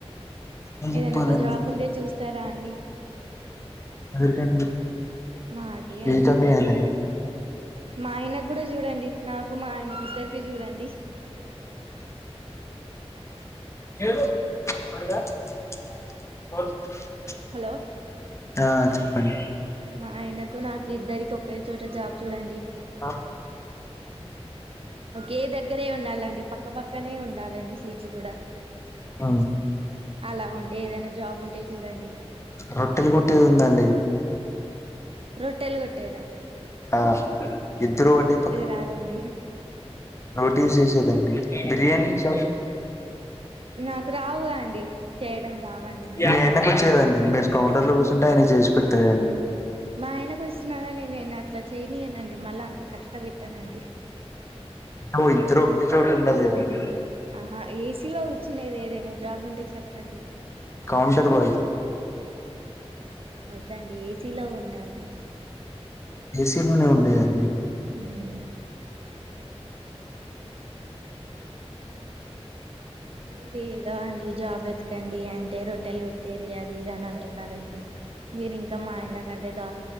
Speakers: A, on the left; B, on the right.
A: ఏం చెప్పాలండి
B: ఏదైనా ఒక జాబ్ ఉండే చూస్తారా అండి
A: ఎవరికండి
B: మాకే
A: మీకా
B: అండి
A: మీ ఆయనకా
B: మా ఆయన కూడా చూడండి నాకు మా ఆయనకి ఇద్దరు కి జూడండి
A: <inaudible>
B: హలో
A: ఆ చెప్పండి
B: మా ఆయనకు నాకు ఇద్దరికి ఒకే చోట జాబ్ చూడండి
A: ఆ
B: కే దగ్గరే ఉండాలండి పక్కపక్కనే ఉండాలండి సీట్లు కూడా
A: అ
B: అలా ఉండే ఏదైనా జాబ్ ఉంటే చూడండి
A: రొట్టెల్ కుట్టేది ఉందాండి
B: రొట్టెలు కొటెద
A: ఆ ఇద్దరు ఒకటే పక్క
B: రాదండి
A: రోటీస్ చేసేదండి బిర్యానీ షాప్
B: నాకు రావు అండి చేయడం రావండి నాకు
A: మీ ఆయన వచ్చింది మీరు కౌంటర్ లో కూర్చుంటే ఆయన చేసి పెడతార అడి
B: మా ఆయనకు వచ్చినారా నేనును అట్లా చేయన్యనండి మళ్ళా అంత కష్ట పెట్టానండి
A: మీ ఇద్దరు ఒకటే చోటు ఉండాలి కదాండి
B: ఆహా ఏసీలో కుచ్చినది ఏదైనా జాబ్ ఉంటే చెప్పండి
A: కౌంటర్ బయ్
B: వద్దండి ఏసీలో ఉండాలండి
A: ఏసీలోనే ఉండేదండి
B: ఉమ్ మీరు ఏదో అండి జాబ్ ఎతకండి అంటే రొట్టెలుట్ట అది అది ఇది అని అంటున్నారండి మీరు ఇంకా మా ఆయన కంటే ద